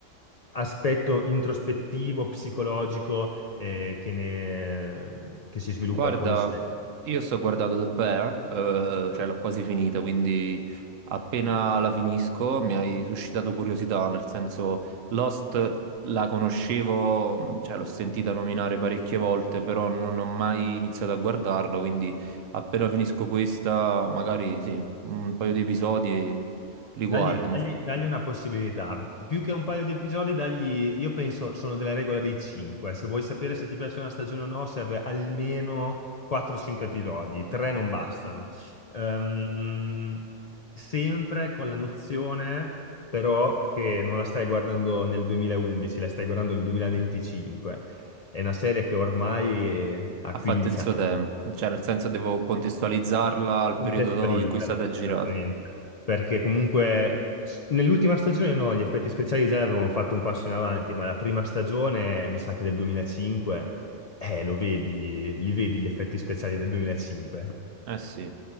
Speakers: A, on the left (about 55°); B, on the right (about 80°).
A: aspetto introspettivo, psicologico, eh, che ne- che si sviluppa
B: Guarda,
A: poi in serie.
B: io sto guardando The Bear, eh, cioè l'ho quasi finita, quindi appena la finisco mi hai suscitato curiosità, nel senso Lost la conoscevo, cioè l'ho sentita nominare parecchie volte, però non ho mai iniziato a guardarla, quindi appena finisco questa, magari sì, un paio di episodi li
A: Dagli,
B: guardo,
A: dagli-
B: ma f-
A: dagli una possibilità. Più che un paio di episodi, dagli, io penso, sono della regola dei 5. Se vuoi sapere se ti piace una stagione o no, serve almeno 4-5 episodi. 3 non bastano. Ehm, sempre con la nozione, però, che non la stai guardando nel 2011, la stai guardando nel 2025. È una serie che ormai è- ha
B: ha
A: 15
B: fatto il suo
A: anni.
B: tempo, cioè nel senso devo contestualizzarla al
A: Contestualizzala,
B: periodo in cui è stata girata.
A: esattamente, perché comunque s- nell'ultima stagione no, gli effetti speciali già avevano fatto un passo in avanti, ma la prima stagione, mi sa che del 2005, eh, lo vedi, li vedi gli effetti speciali del 2005.
B: Eh sì.